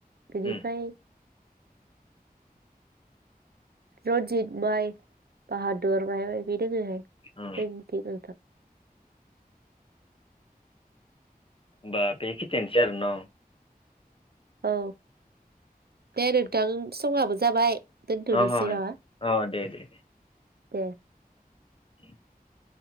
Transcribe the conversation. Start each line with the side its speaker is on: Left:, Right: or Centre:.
Right: बिनिफ्राय
Left: उम
Right: रनजित माइ बाहादुर माय बेदि दोङोहाय जोंनिथिंबो
Left: अ
Right: नोंथां।
Left: बाबे खिनियानोसै आरो न
Right: औ <unintelligible> थां समाबो जाबाय। दोनथ'नोसै
Left: अह
Right: नामा
Left: अ' दे दे
Right: दे
Left: <unintelligible>